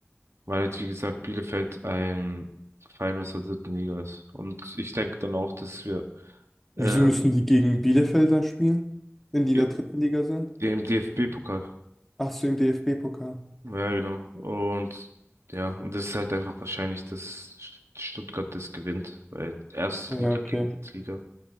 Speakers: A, on the right (about 80°); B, in the centre.
A: Weil jetzt, wie gesagt, Bielefeld ein Verein aus der dritten Liga ist. Und ich denke dann auch, dass wir ähm,
B: Wieso müssen die gegen Bielefeld dann spielen, wenn die in
A: ja,
B: der dritten Liga sind?
A: ja, im DFB-Pokal.
B: Ach so, im DFB-Pokal.
A: Ja, genau. Und ja, und das ist halt einfach wahrscheinlich, dass Stuttgart das gewinnt, weil Erstliga
B: Ja, okay.
A: gegen Drittliga.